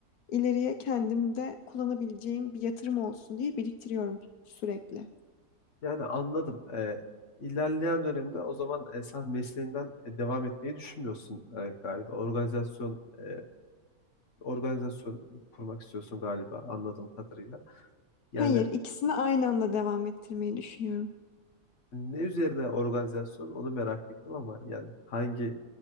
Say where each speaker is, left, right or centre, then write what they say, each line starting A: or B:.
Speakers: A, on the left (about 80°); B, on the left (about 55°).
A: ileriye kendimde kullanabileceğim bir yatırım olsun diye biriktiriyorum sürekli.
B: Yani anladım. E, ilerleyen dönemde o zaman e, sen mesleğinden e, devam etmeyi düşünmüyorsun e, galiba. Organizasyon e, organizasyon kurmak istiyorsun galiba anladığım kadarıyla. Yani
A: Hayır, ikisini aynı anda devam ettirmeyi düşünüyorum.
B: Ne üzerine organizasyon onu merak ettim ama yani hangi